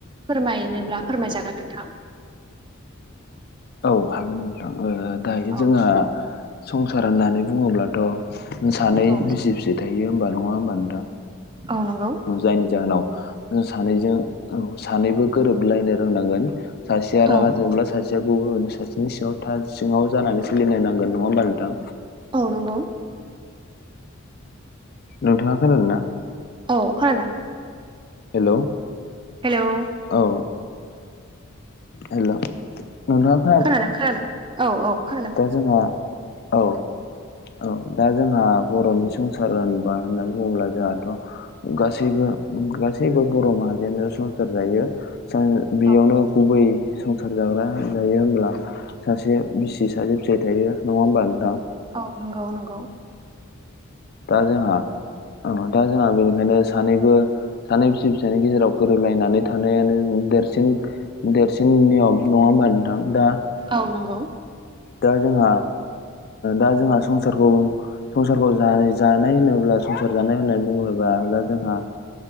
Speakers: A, on the right (about 25°); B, on the left (about 50°).
A: फोरमायनोब्ला फोरमायजागोन नोंथां।
B: औ हागोन नोंथां दायो
A: औ
B: जोंहा संसार होननानै बुङोब्लाथ' सानै
A: औ
B: बिसि फिसाय थायो होमबा नङा होमबा नोंथां।
A: औ नंगौ।
B: जायनि जाहोनाव सानैजों सानैबो गोरोबलायनो रोंनांगोन। सासेया
A: औ
B: रङा जब्ला सासे गुबुन सासेनि सिङाव था सिङाव जानानै सोलिनो नांगोन नङा होमबा नोंथां।
A: औ नंगौ।
B: नोंथाङा खोनादोंना?
A: औ खोनादों।
B: हेल'
A: हेल'
B: औ हेल' नोंथाङा
A: खोनादों खोनादों औ औ खोनादों।
B: दा जोंहा औ औ दा जोंहा बर'नि संसार होनबा होननानै बुङोब्ला जोंहाथ' गासैबो गासैबो बर' माहारियानो संसार जायो बेयावनो
A: औ
B: गुबै संसार जाग्रा जायो होनब्ला सासे बिसि सासे फिसाइ थायो नंङा होमबा नोंथां?
A: औ नंगौ नंगौ ‌
B: दा जोंहा औ दा जोंहा बेनिखायनो सानैबो सानै फिसि फिसानि गेजेराव गोरोबलायनानै थानायानो देरसिन देरसिन नियम नङा होनोमबा नोंथां दा
A: औ नंगौ।
B: दा जोंहा दा जोंहा संसारखौ संसारखौ जानाय जानाय होनोब्ला संसार जानाय होननानै बुङोबोबा दा जोंहा